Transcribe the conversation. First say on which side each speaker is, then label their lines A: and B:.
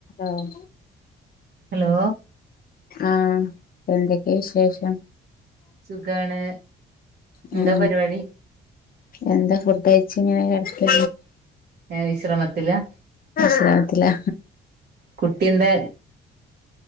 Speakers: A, on the left; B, on the right.
A: ആഹ്
B: hello
A: ആഹ് എന്തെക്കേ വിശേഷം
B: സുഖാണ്
A: മ്
B: എന്താ പരിപാടി
A: എന്താ ഫുഡയ്‌ ച്ച് ങ്ങനെ കെട്ക്കെ
B: ഏ വിശ്രമത്തിലാ
A: ആഹ് വിശ്രമത്തിലാ
B: കുട്ട്യെന്താ